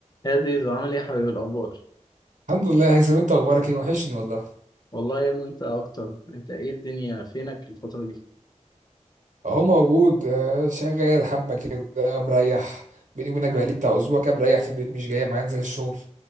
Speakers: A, on the left (about 30°); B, on the right (about 85°).
A: يا زيزو عامل ايه يا حبيبي الاخبار
B: الحمد لله يا هيثم انت اخبارك ايه وحشني والله
A: والله يا ابني انت اكتر انت ايه الدنيا فينك الفتره دي
B: اهو موجود آه، شغال حبه كده مريح بيني وبينك
A: مم.
B: بقالي بتاع اسبوع كام مريح في البيت مش جاي معايا انزل الشغل